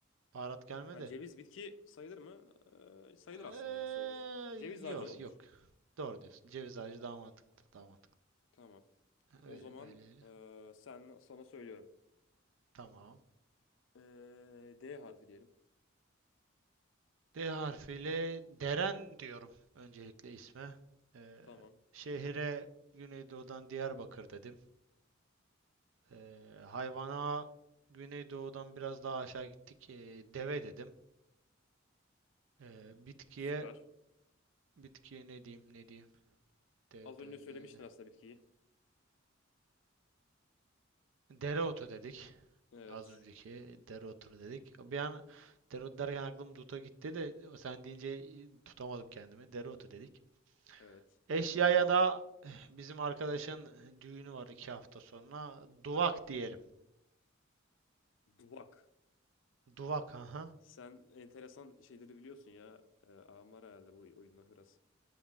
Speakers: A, on the right; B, on the left.
A: Baharat gelmedi.
B: Ha, ceviz bitki sayılır mı? Ee, sayılır
A: Eee,
B: aslında ya sayılır. Ceviz ağacı
A: yok,
B: olabilir.
A: yok. Doğru diyorsun. Ceviz ağacı daha mantıklı, daha mantıklı.
B: Tamam.
A: Öyle,
B: O zaman
A: öyle, öyle.
B: e, sen sana söylüyorum.
A: Tamam.
B: Ee, D harfi diyelim.
A: D harfiyle Deren diyorum öncelikle isme. Ee,
B: Tamam.
A: şehire Güneydoğu'dan Diyarbakır dedim. Ee, hayvana Güneydoğu'dan biraz daha aşağı gittik. ee, deve dedim. Ee, bitkiye
B: Süper.
A: bitkiye ne diyeyim ne diyeyim. De,
B: Az önce
A: de,
B: söylemiştin
A: de, de.
B: aslında bitkiyi.
A: Dereotu dedik.
B: Evet.
A: Az önceki dereotu dedik. Bir an dereotu derken aklım duta gitti de sen deyince tutamadım kendimi. Dereotu dedik.
B: Evet.
A: Eşyaya da eh, bizim arkadaşın düğünü var iki hafta sonra. Duvak diyelim.
B: Dubak.
A: Duvak aha.
B: Sen enteresan şeyleri biliyorsun ya. Ee, aram var herhalde bu oyunla biraz.